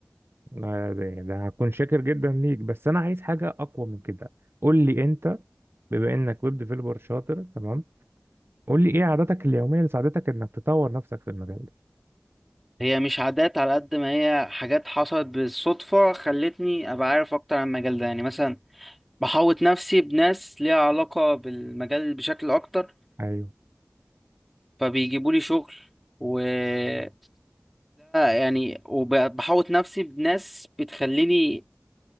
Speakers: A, on the right; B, in the centre.
A: ده ده يعني ده هكون شاكر جدا ليك بس انا عايز حاجه اقوى من كده قول لي انت بما انك ويب ديفلوبر شاطر تمام قول لي ايه عاداتك اليوميه اللي ساعدتك انك تطور نفسك في المجال ده
B: هي مش عادات على قد ما هي حاجات حصلت بالصدفة خلتني أبقى عارف أكتر عن المجال ده يعني مثلا بحوط نفسي بناس ليها علاقة بالمجال بشكل أكتر
A: ايوه
B: فبيجيبوا لي شغل وده يعني وبحوط نفسي بناس بتخليني